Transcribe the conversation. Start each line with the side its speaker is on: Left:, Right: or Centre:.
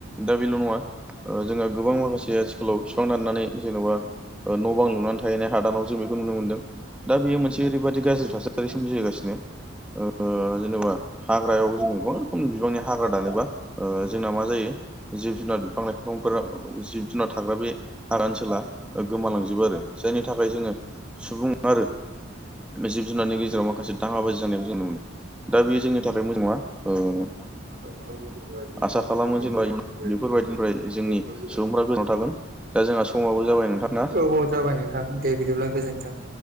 Centre: दा बेल' नङा ओ जोंहा गोबां माखासे आथिखालाव बिफां दाननानै जेन'बा न' बां लुनानै थाहैनाय हादानावसो बेखौ नुनो मोनदों दा बेयो मोनसे ओरैबायदि गाज्रि थासारि थासारि सोमजिहोगासिनो ओ जेनेबा हाग्रायावबो जोंङो गोबां बिबांनि हाग्रा दानोबा ओ जोंना माजायो जिब जुनार बिफां लाइफांफोराव जिब जुनार थाग्रा बे हाग्रा ओनसोला ओ गोमालांजोबो आरो जायनि थाखाय जोङो सुबुं आरो बे जिब जुनारनि गेजेराव माखासे दाङाब बाजि जानायखौ जों नु मोनो। दा बेयो जोंनि थाखाय मोजां नङा।
Right: <unintelligible>
Centre: आसा खालामो जेनेबा बेफोरबायदिनिफ्राय जोंनि सुबुंफ्रा गोजानाव थागोन दा जोंहा समाबो जाबाय नोंथां ना
Right: औ औ जाबाय नोंथां दे बिदिब्ला गोजोनथों।